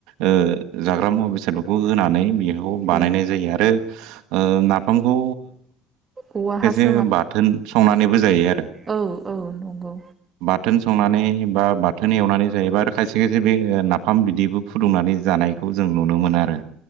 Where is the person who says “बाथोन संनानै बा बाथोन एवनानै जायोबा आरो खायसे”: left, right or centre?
Right